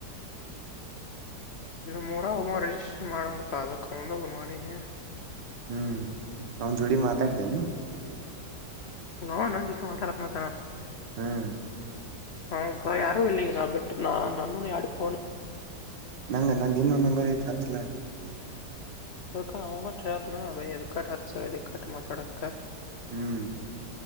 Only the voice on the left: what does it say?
ಮೂರ ಒ ರರಿಜಿಸ್ಟಷನ್ ಮಾಡಂದ ಪ ಅದಕ್ಕ ಒೊಂಡ ಹೋಗ ಮಾಡಿನಿ <unintelligible>
ಹಾ ನ ಜತೆು ಮಾತ ರತ್ನಾ ಕ <unintelligible>
ಹ್ಮ ಅ ಯಾರು ಇಲ್ಲಿ ಈಗ ನಾ ಬಿಟ್ಟ್ರ ನಾ ನಾನ ಯಡುಫನು
ಅದಕ್ಕ ಅವನ ಬದಕ ಹಸಕ್ಕ ಮಾತಾಡತ್ತ